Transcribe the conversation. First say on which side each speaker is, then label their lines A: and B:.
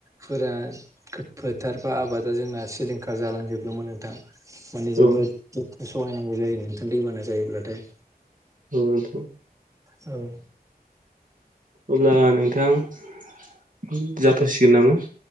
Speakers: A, on the right; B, on the right.
A: फोरा फोथार बा आबादा जोंना सिलिंखार जालांजोबदोंमोन नोंथां। माने
B: औ
A: जोबोद दुखु सहायनांगौ जायो नोंथां दैबाना जायोब्लाथाय।
B: ओ नोंथां।
A: औ।
B: अब्ला नोंथां ओम जाथ'सिगोन नामा।